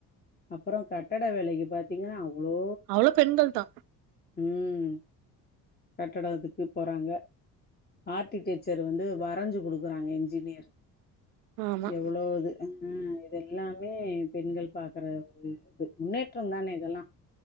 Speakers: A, on the left (about 20°); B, on the right (about 70°).
A: அப்பற கட்டட வேலைக்கு பாத்தீங்கன்னா அவ்வளோ
B: அவ்ளோ பெண்கள் தா
A: ம் கட்டட இதுக்கு போறாங்க ஆர்க்டிடெக்சர் வந்து வரைஞ்சு குடுக்குறாங்க என்ஜினியர்
B: ஆமா
A: எவ்ளோது ஆ இது எல்லாமே பெண்கள் பாக்கற ஒரு இது முன்னேற்றந்தானே இதெல்லா